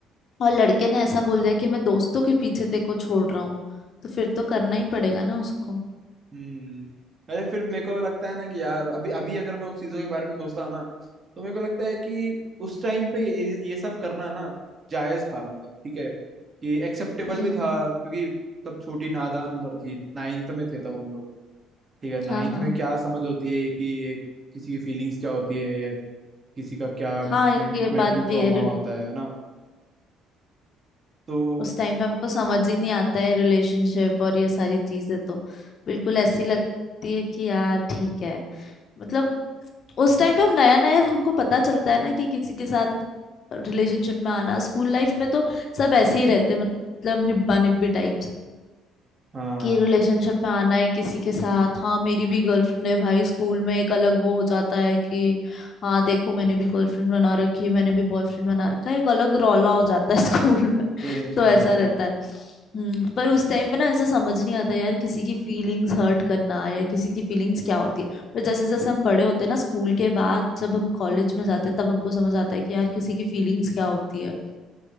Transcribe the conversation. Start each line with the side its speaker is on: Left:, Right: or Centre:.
Left: और लड़के ने ऐसा बोल दिया कि मैं दोस्तों के पीछे तेरे को छोड़ रहा हूँ तो फिर तो करना ही पड़ेगा ना उसको
Right: हम्म अरे फिर मेरे को लगता है ना कि यार अभी अभी अगर मैं उस चीजों के बारे में सोचता हूँ ना तो मेरे को लगता है कि उस टाइम पे ये, ये सब करना ना जायज था मतलब ठीक है कि एक्सेप्टेबल
Left: हम्म
Right: भी था क्योंकि तब छोटी नादान उम्र थी नाइन्थ में थे तब हम लोग ठीक है नाइन्थ
Left: हाँ हाँ
Right: में क्या समझ होती है कि एक किसी की फीलिंग्स क्या होती है या किसी का क्या
Left: हाँ ये
Right: मेंटल
Left: बात
Right: ट्रॉमा
Left: भी है
Right: होता है ना तो
Left: उस टाइम पे हमको समझ ही नहीं आता है रिलेशनशिप और ये सारी चीजें तो बिल्कुल ऐसी लगती है कि यार ठीक है मतलब उस टाइम पे हम नया नया हमको पता चलता है ना कि किसी के साथ रिलेशनशिप में आना स्कूल लाइफ में तो सब ऐसे ही रहते हैं मतलब निब्बा निब्बी टाइप
Right: हाँ
Left: कि रिलेशनशिप में आना है किसी के साथ हाँ मेरी भी गर्लफ्रेंड है भाई स्कूल में एक अलग वो हो जाता है कि हाँ देखो मैंने भी गर्लफ्रेंड बना रखी है मैंने भी बॉयफ्रेंड बना रखा है एक अलग रौला हो जाता है <laughs> स्कूल में
Right: Same
Left: तो
Right: same
Left: ऐसा
Right: same
Left: रहता है हम्म पर उस टाइम पे ना ऐसा समझ नहीं आता यार किसी की फीलिंग्स हर्ट करना या किसी की फीलिंग्स क्या होती है पर जैसे जैसे हम बड़े होते हैं ना स्कूल के बाद जब हम कॉलेज में जाते हैं तब हमको समझ आता है कि यार किसी की फीलिंग्स क्या होती है